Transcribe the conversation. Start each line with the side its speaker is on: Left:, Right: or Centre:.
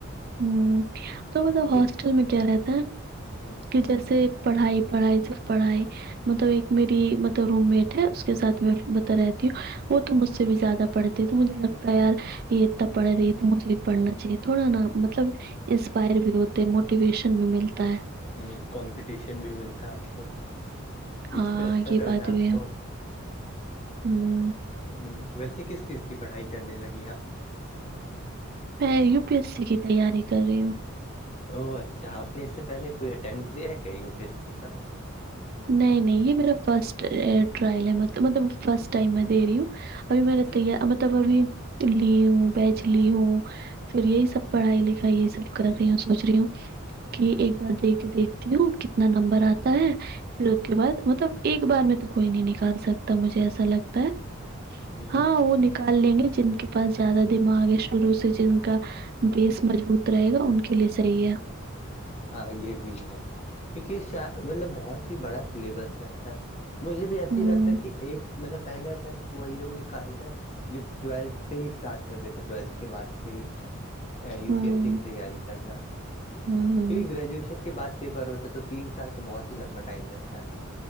Right: ہ تو بتاؤ ہاسٹل
Left: جب
Right: میں کیا رہتا ہے
Left: ہ
Right: کہ جیسے پڑھائی پڑھائی سے پڑھائی مطلب
Left: ہ
Right: ایک میری ملب روم مٹ ہے کے ساتھ میں بتا رہتی ہوں وہ تو مجھ سے بھی زیادہ پڑھتی ہے تو مجھے لگتا ہے یار یہتنا پڑے رہی ہے تو مجھے بھی پڑنا چاہیے تھوڑا نا ملب مطلب انسپائر بھی ہوتے ہیں موٹیویشن بھی ملتا ہے
Left: ہ کمپٹیشن بھی ملتا ہے آپ کو کہ
Right: ہاں
Left: اس سے اچھا
Right: یہ
Left: کرنا
Right: بات
Left: آپ
Right: بھی ہے
Left: کو
Right: ہوں
Left: ہ ویسے کس چیز کی پڑھائی کرنے لگے آپ
Right: میں یو پی ایس سی کی تیاری کر رہی ہوں
Left: او اچھا آپ نے اس سے پہلے کوئی امٹ لیا ہے کیا یو پی ایس سی کا
Right: نہیں نہیں یہ میرا فرسٹ ٹرل ہے مطلب فرسٹ ٹم میں دے رہی ہوں ابھی میں
Left: اچھا
Right: نے تیار مطلب ابھی لی ہوں بیچ لی ہوں پھر یہی سب پڑھائی لکھائی یہی سب کر رہی ہوں سوچ رہی ہوں کہ ایک بار دیکھ دیکھ تی ہوں کتنا نمبر آتا ہے پھر اس کے بعد مطلب ایک بار میں تو کوئی نہیں نکال سکتا مجھے ایسا لگتا ہے
Left: ہ
Right: ہاں
Left: ہ
Right: وہ نکال لیں گے جن کے پاس زیادہ دماغ ہے شروع سے جن کا بیس مضبوط رہے گا ان کے لیے صحیح ہے
Left: ہاں یہ بھی ہے کیونکہ مطلب بہت ہی بڑا سلیبس رہتا ہے مجھے بھی ایس
Right: ہوں
Left: ہی لگتا ہے کہ ایک مطلب پہلے اٹیمٹ وہی لوگ نکالتا ہے جو ٹویلتھ سے ہی اسٹارٹ کر دیتا ٹویلتھ کے بعد سے ہی یو
Right: ہوں
Left: پی ایس سی کی تیاری کرنا
Right: ہوں ہوں
Left: کیونکہ گریجویشن کے بعد پیپر ہوتا ہے تو تین سال تو بہت ہی لمبا ٹائم رہتا ہے